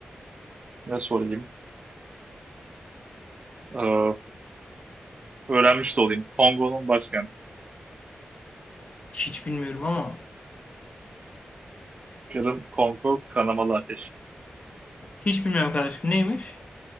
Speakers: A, on the right; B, on the left.
A: Ne sorayım? Ee, öğrenmiş de olayım. Kongo'nun başkenti.
B: Hiç bilmiyorum ama.
A: Kırım, Kongo, kanamalı ateş.
B: Hiç bilmiyorum kardeşim. Neymiş?